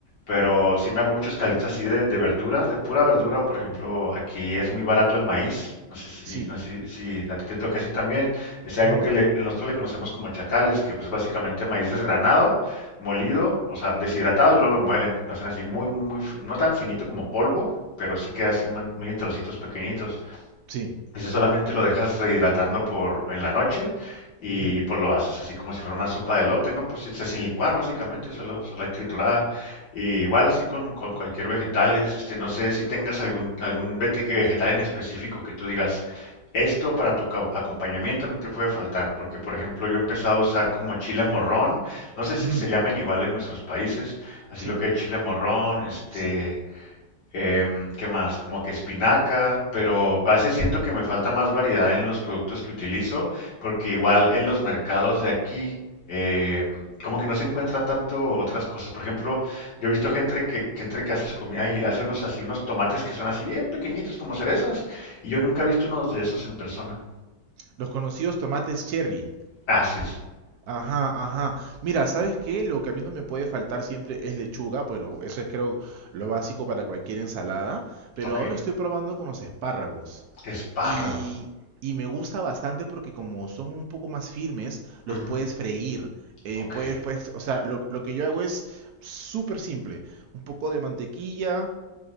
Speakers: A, on the left (about 75°); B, on the right (about 70°).
A: Pero sí me hago muchos calitos así de, de verduras, de pura verdura. Por ejemplo, aquí es muy barato el maíz. No sé si,
B: sí,
A: no sé si a ti te toca así también. Es algo
B: ujú,
A: que le- nosotros le conocemos como chacales, que pues básicamente maíz desgranado, molido, o sea, deshidratado y luego lo muelen. Lo hacen así muy, muy, muy, fi- no tan finito como polvo, pero sí queda así muy muy en trocitos pequeñitos.
B: sí,
A: Ese solamente lo dejas rehidratando por en la noche y,
B: ujú,
A: y, pues lo haces así como si fuera una sopa de elote, ¿no? Pues o sea, sin licuar básicamente, solo, solo hay triturada. Y igual así con, con cualquier vegetal, es, este, no sé si tengas algún, algún vete- vegetal en específico que tú digas, esto para tu ca- acompañamiento no te puede faltar, porque por ejemplo yo he empezado a usar como chile morrón, no sé si
B: ujú,
A: se llamen igual en nuestros países, así
B: sí,
A: lo que es chile morrón, este...
B: sí.
A: Em, ¿qué más? Como que espinaca, pero a veces siento que me falta más variedad en los productos que utilizo, porque igual en los mercados de aquí, em, como que no se encuentra tanto otras cosas. Por ejemplo, yo he visto gente que, gente que hace su comida y hace unos así, unos tomates que son así bien pequeñitos, como cerezas, y yo nunca he visto unos de esos en persona.
B: Los conocidos tomates cherry.
A: Así es.
B: Ajá, ajá. Mira, ¿sabes qué? Lo que a mí no me puede faltar siempre es lechuga, pero eso es creo lo básico para cualquier ensalada. Pero
A: Ok.
B: ahora estoy probando con los espárragos.
A: Espárragos.
B: Y, y me gusta bastante porque como son un poco más firmes, los
A: Ujú,
B: puedes freír. eh,
A: Ok.
B: puedes, puedes, o sea, lo, lo que yo hago es súper simple. Un poco de mantequilla,